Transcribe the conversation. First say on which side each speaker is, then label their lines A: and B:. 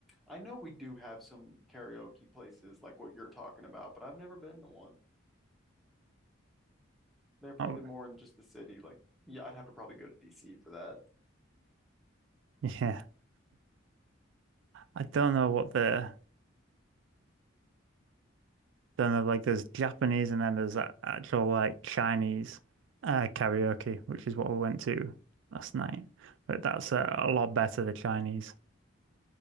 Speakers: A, in the centre; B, on the right.
A: I know we do have some karaoke places like what you're talking about, but I've never been to one. They're probably
B: Oh,
A: more in just the city. Like, yeah, I'd have to probably go to DC for that.
B: <laughs> yeah, I don't know
A: Hmm.
B: what the Then there's like there's Japanese and then there's a- actual like Chinese uh, karaoke, which is what we went to last night. But that's uh, a lot better, the Chinese,